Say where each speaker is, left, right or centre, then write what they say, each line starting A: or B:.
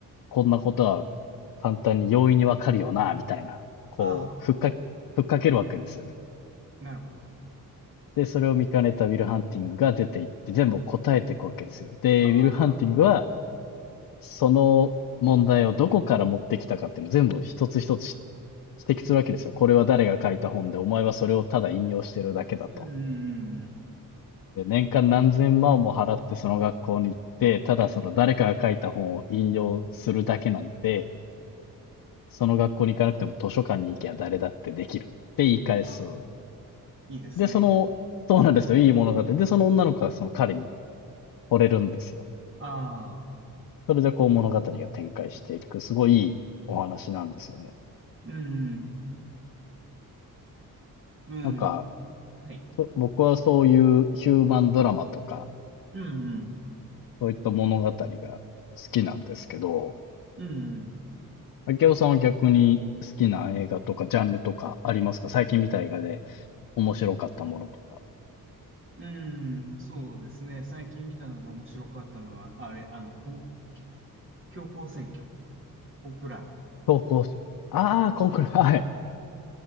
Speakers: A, on the left (about 80°); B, on the right (about 35°).
A: こんなことは簡単に容易にわかるよな、みたいな、こう、
B: あ、ああ、
A: ふっか、ふっかけるわけですよね。
B: なるほど。
A: で、それを見かねたウィル・ハンティングが出ていって、全部答えていくわけですよ。で、
B: ああ、
A: ウィル・ハンティングは、その問題をどこから持ってきたかっていうのを全部一つ一つ指摘するわけですよ。これは誰が書いた本で、お前はそれをただ引用してるだけだと。
B: うんうんうんうん。
A: で、年間何千万も払ってその学校に行って、ただその誰かが書いた本を引用するだけなんて、その学校に行かなくても図書館に行きゃ誰だってできるって言い返す。
B: ああ、いいですね。
A: で、その、そうなんですよ。いい物語。で、その女の子はその彼に惚れるんですよ。
B: ああ、
A: それでこう物語が展開していく、すごいいいお話なんですよね。
B: うん、うん、
A: なんか、
B: はい。
A: そ僕はそういうヒューマンドラマとか、
B: うん、うん、
A: そういった物語が好きなんですけど、
B: うん、
A: 明夫さんは逆に好きな映画とかジャンルとかありますか最近見た映画で面白かったものとか。
B: うん、うんそうですね。最近見たので面白かったのは、あれ、あの、コン、教皇選挙、コンクラーベ。
A: 投稿し、ああ、コンクール。<laughs> はい。